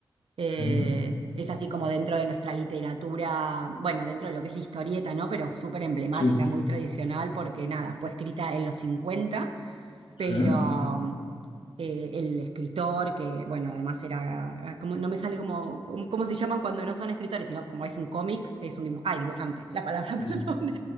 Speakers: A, on the right; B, on the left.
A: Eh,
B: Sí,
A: es así como dentro de nuestra literatura, bueno, dentro de lo que es la historieta, ¿no? Pero súper emblemática,
B: sí, sí.
A: muy tradicional, porque nada, fue escrita en los 50, pero...
B: ¿eh?
A: eh, el escritor, que bueno, además era, ah, como, no me sale como, como- cómo se llaman cuando no son escritores, sino como es un cómic, es un dibujante, ay, dibujante, la palabra,
B: Sí.
A: <laughs> perdón.